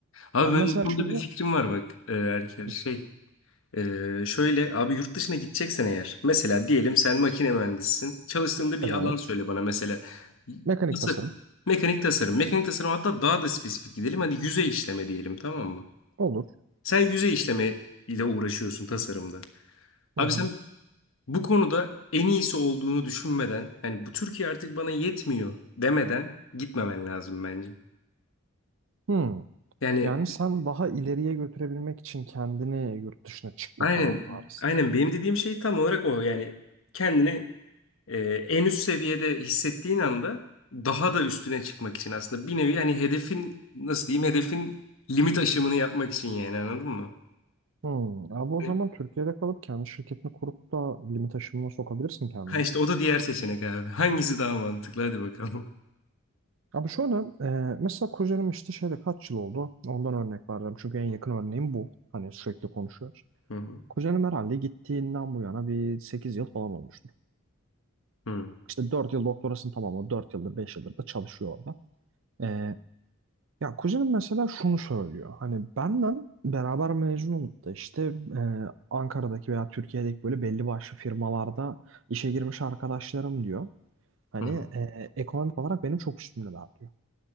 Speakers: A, on the left; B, on the right.
A: Abi
B: Ben
A: benim
B: mesela
A: bu konuda
B: şöyle
A: bir fikrim var bak e, Erker.
B: Hı,
A: Şey Ee, şöyle abi yurt dışına gideceksen eğer mesela diyelim sen makine mühendisisin çalıştığında bir
B: evet
A: alan söyle bana mesela
B: mekanik
A: tasarım
B: tasarım
A: mekanik tasarım mekanik tasarım hatta daha da spesifik gidelim hadi yüzey işleme diyelim tamam mı?
B: olur.
A: Sen yüzey işleme ile uğraşıyorsun tasarımda.
B: Hı
A: Abi
B: hı.
A: sen bu konuda en iyisi olduğunu düşünmeden hani bu Türkiye artık bana yetmiyor demeden gitmemen lazım bence.
B: Hı.
A: Yani
B: Yani sen daha ileriye götürebilmek için kendini yurt dışına çıkma
A: Aynen.
B: taraftarısın.
A: Aynen benim dediğim şey tam olarak o. Yani kendini e, en üst seviyede hissettiğin anda daha da üstüne çıkmak için aslında bir nevi yani hedefin nasıl diyeyim hedefin limit aşımını yapmak için yani anladın mı?
B: Hmm. Abi o
A: Yani,
B: zaman Türkiye'de kalıp kendi şirketini kurup da limit aşımına sokabilirsin kendine.
A: ha işte o da diğer seçenek abi. <laughs> Hangisi daha mantıklı? Hadi bakalım.
B: Abi şöyle e, mesela kuzenim işte şeyde kaç yıl oldu? Ondan örnek vereceğim. Çünkü en yakın örneğim bu. Hani sürekli konuşuyoruz.
A: Hı hı.
B: Kuzenim herhalde gittiğinden bu yana bir 8 yıl falan olmuştur.
A: Hı
B: İşte 4 yıl doktorasını tamamladı. dört yıldır beş yıldır da çalışıyor orada. E, Ya kuzenim mesela şunu söylüyor. Hani benden beraber mezun olup da işte e, Ankara'daki veya Türkiye'deki böyle belli başlı firmalarda işe girmiş arkadaşlarım diyor. Hani
A: hı.
B: e, ekonomik olarak benim çok üstümdeler diyor.